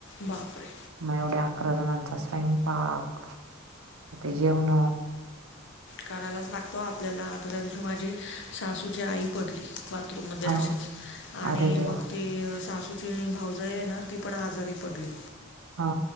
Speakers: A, on the left; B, on the right.
A: बापरे.
B: मग एवढ्या अकरा जणांचा स्वयंपाक. ते जेऊण
A: करायलाच लागतो ओ आपल्याला आता त्या दिवशी माझी सासूची आई पडली. बाथरूममध्ये
B: हा
A: अशीच आणि
B: अरे देवा
A: मग ते सासूची भाऊजाई आहे ना ती पण आजारी पडली.
B: हा